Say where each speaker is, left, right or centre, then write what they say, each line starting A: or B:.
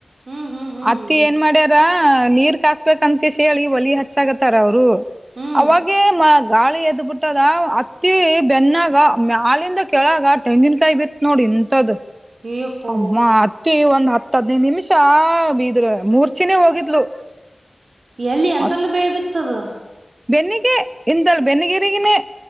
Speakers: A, on the right; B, on the right.
A: ಹ್ಮ್ ಹ್ಮ್ ಹ್ಮ್
B: ಅತ್ತಿ
A: ಹ್ಮ್
B: ಏನ್ ಮಾಡ್ಯಾರ ನೀರ್ ಕಸ್ಬೇಕಕ್ ಅಂತಕೇಶ ಹೇಳಿ ಒಲಿ ಹಚ್ಚಾಗತ್ತಾರ ಅವ್ರು
A: ಹ್ಮ್
B: ಅವಾಗೆ ಗಾಳಿ ಎದ್ಬ ಬಿಟ್ಟದ ಅತ್ತಿ ಬೆನ್ನಾಗ ಆಾಲಿಂದ ಕೆಳಗ ತೆಂಗಿನಕಾಯಿ ಬಿ ನೋಡಿ ಇಂತ್ದ
A: ಅಯ್ಯಪ್ಪೋ
B: ಅಮ್ಮ ಅಕ್ಕಿ ಒಂದ್ ಹತ್ತ ಹದನೈ ನಿಮಿಷ ಬಿದ್್ರ ಮೂರ್ಚಿನೇ ಹೋಗಿದ್ಲು
A: ಎಲ್ಲಿ ಎಂತಲ್ಲೂ
B: ಅಷ್ಟ
A: ಬೇ ಬಿತ್ತದು
B: ಬೆನ್ನಿಗೆ ಇಿಂದಲ್ ಬೆನ್ನಿಗರಿಗಿನೇ